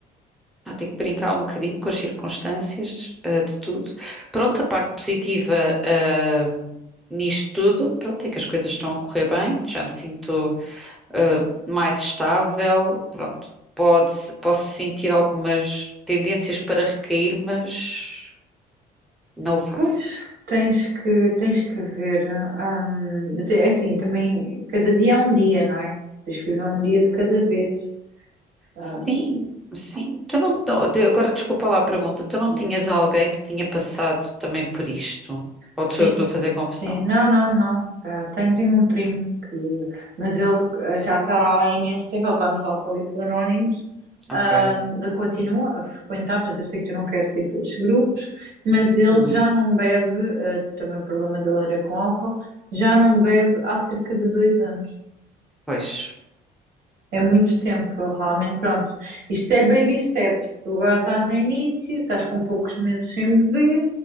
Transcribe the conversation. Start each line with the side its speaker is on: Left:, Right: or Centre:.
Centre: Pá, tenho que brincar um bocadinho com as circunstâncias, eh, de tudo. Pronto, a parte positiva, eh, nisto tudo, pronto, é que as coisas estão a correr bem, já me sinto, eh, mais estável, pronto. Pode, posso sentir algumas tendências para recair, mas não o faço.
Right: Pois, tens que, tens que ver. hum, te- é assim, também, cada dia é um dia, não é? Tens que viver um dia de cada vez. Ah,
Centre: Sim, sim. Tu não, não-
Right: Hum,
Centre: de- agora desculpa lá a pergunta, tu não
Right: isso.
Centre: tinhas alguém que tinha passado também por isto? Ou
Right: sim,
Centre: sou eu que estou a fazer confusão?
Right: Sim, não, não, não. Ah, tenho, tenho um primo que, mas ele ah, já está há imenso tempo, ele está nos Alcoólicos Anónimos, ah,
Centre: Ok.
Right: ele continua a frequentar, portanto, eu sei que tu não queres ir para esses grupos, mas ele
Centre: Hum,
Right: já não bebe, ah, também o problema dele era com álcool, já não bebe há cerca de dois anos.
Centre: pois.
Right: É muito tempo, realmente, pronto. Isto é baby steps. Tu agora estás no início, estás com poucos meses sem beber,